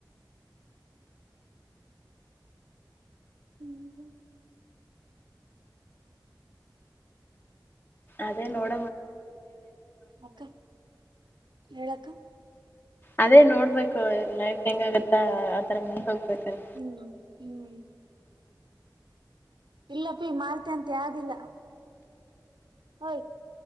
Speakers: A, on the right; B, on the left.
A: <unintelligible>
B: ಅದೇ ನೋಡ್
A: ಅಕ್ಕಾ ಹೇಳಕ್ಕ.
B: ಅದೇ ನೋಡ್ಬೇಕು ಲೈಫ್ ಹೆಂಗಗತ್ತಾ ಆತರ ಮುಂದೆ ಹೋಗ್ಬೇಕಲ್
A: ಹ್ಮ್ ಹ್ಮ್ ಇಲ್ಲ ಅಪೀ ಮಾಲ್ತಿ ಅಂತ ಯಾವ್ದಿಲ್ಲ. ಓಯ್